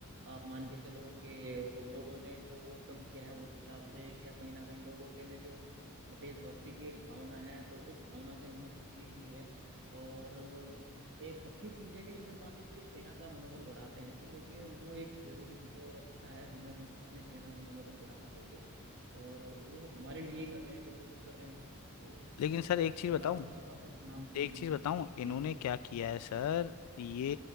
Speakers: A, on the right (about 55°); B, on the left (about 85°).
A: आप मान के चलो कि वो लोगों ने इनको वोट कम किया है उस हिसाब से या कहीं ना कहीं लोगों के में जो देशभक्ति की एक भावना है तो उस भावना से इन्होंने कुछ सीख ली है और एक अच्छी चीज है कि अगर मान लीजिए ये सेना का मनोबल बढ़ाते हैं तो देखिए वो एक जरूरी चीज है और अच्छा है हमें अपने सेना का मनोबल बढ़ाना चाहिए और वो हमारे लिए ही कर रहे हैं जो भी कुछ कर रहे हैं तो
B: लेकिन सर एक चीज़ बताऊं
A: लाजमी सी बात है कि हाँ हमको करना
B: एक
A: चाहिए
B: चीज बताऊं
A: जी
B: इन्होंने क्या किया है सर ये